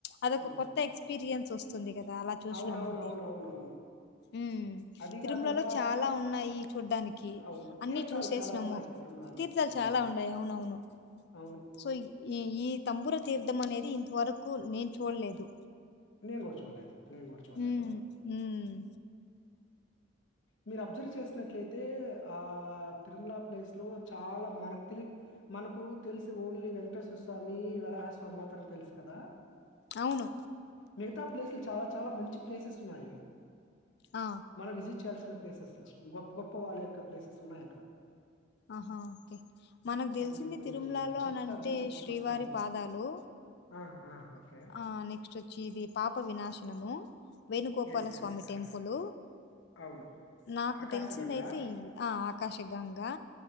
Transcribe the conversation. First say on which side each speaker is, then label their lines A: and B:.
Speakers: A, on the left (about 60°); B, on the left (about 90°).
A: అదొక
B: హ్మ్.
A: కొత్త ఎక్స్పీరియన్స్ వస్తుంది కదా అలా చూసినామ
B: అవునవునవునవునవును.
A: అంటే ఉ
B: అది
A: తిరుమలలో
B: గాకుండా
A: చాలా ఉన్నాయి చూడ్డానికి
B: అవును.
A: అన్ని
B: తీర్థాలు
A: చూసేసినాము
B: చాలా ఉన్నాయి తిరుమలలో.
A: తీర్థాలు
B: హ్మ్.
A: చాలా వుండై అవునవును
B: అవును.
A: సో ఈ ఈ తంబుర తీర్థం అనేది ఇంతవరకు నేను చూడలేదు
B: నేను కూడా చూడలేదు నేను కూడా చూడలేదు
A: హ్మ్. హ్మ్.
B: మీరు అబ్జర్వ్ చేసినట్లయితే ఆ తిరుమల ప్లేస్ లో చాలా మనకు తెలి మనకు తెలిసి ఓన్లీ వెంకటేశ్వర స్వామి వరాహస్వామి మాత్రం తెలుసు కదా
A: అవును.
B: మిగతా ప్లేసులు చాలా చాలా మంచి ప్లేసెస్ ఉన్నాయివి
A: ఆ!
B: మన విజిట్ ప్లేసెస్ గొప్ప గొప్ప వాళ్ళ యొక్క ప్లేసెస్ ఉన్నాయి అక్కడ
A: ఆహా! ఓకే. మనకు తెలిసింది
B: అ నేను
A: తిరుమలలో
B: చెప్తాము
A: అని అంటే శ్రీవారి
B: చూస్తాము
A: పాదాలు
B: ఆ ఆ ఓకే
A: ఆ నెక్స్ట్ వచ్చి ఇది పాప వినాశనము Venugopalaswamy
B: yes yes correct
A: temple
B: అవును
A: నాకు
B: ఆకాశగంగా
A: తెలిసిందయితే ఆకాశగంగా